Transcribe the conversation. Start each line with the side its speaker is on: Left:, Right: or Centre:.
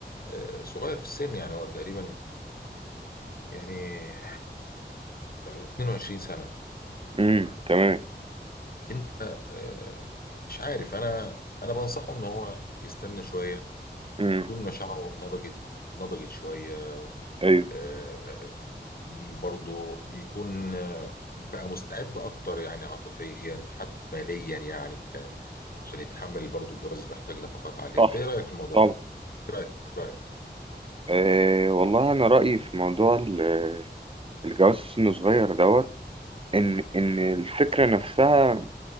Left: آه، صغير في السن يعني هو تقريبا يعني 22 سنه
Right: امم تمام
Left: انت آه، مش عارف انا انا بنصحه ان هو يستنى شويه
Right: امم
Left: تكون مشاعره نضجت نضجت شويه
Right: ايوه
Left: آه، م- برضه بيكون آه، بقى مستعد اكتر يعني عاطفيا حتى ماليا يعني ك- عشان يتحمل برضه الجواز محتاج نفقات عاليه
Right: صح
Left: انت ايه رايك في الموضوع
Right: طبعا
Left: ده؟ ايه رايك ايه رايك
Right: أه والله انا رايي في موضوع ال- الجواز في سن صغير دوت ان ان الفكره نفسها